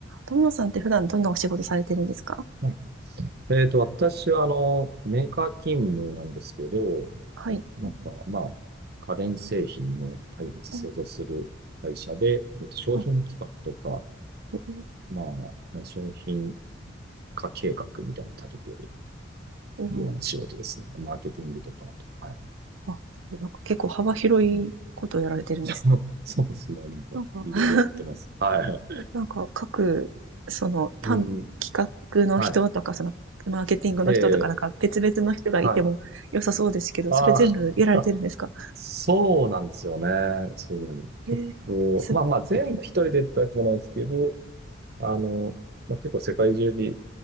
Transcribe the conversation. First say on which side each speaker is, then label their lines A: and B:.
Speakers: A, on the right; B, on the right.
A: 友野さんって普段どんなお仕事されてるんですか
B: はい。えっと、私は、あの、メーカー勤務なんですけど、
A: はい。
B: なんか、まあ、家電製品の開発、
A: うん、
B: 製造する会社で、えっと、商品企画とか、
A: あ、うん
B: まあ、商品化計画みたいなのを立ててる
A: うん
B: ような仕事ですね。マーケティングとか、はい。
A: あ、すごい、なんか結構幅広いことをやられてるんですね。
B: うん、<laughs> そうそうですね。なんか、
A: なんか、
B: いろいろやってます。
A: <laughs>
B: はい。
A: なんか各、その、単、
B: うん。うん
A: 企画の人とか、
B: はい。
A: その、マーケティングの人とか、
B: ええ
A: なんか別々の人がいても良さそうですけど、
B: はい。ああ。
A: それ全部やられてるんですか
B: そうなんですよね。そうね。
A: ええ、
B: 結構、
A: すごい。
B: まあまあ全部一人でってわけじゃないですけど、あの、まあ、結構世界中に